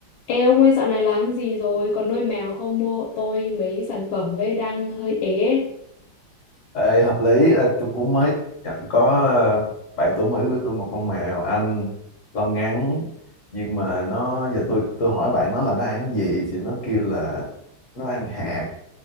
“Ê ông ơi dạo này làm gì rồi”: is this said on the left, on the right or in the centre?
Left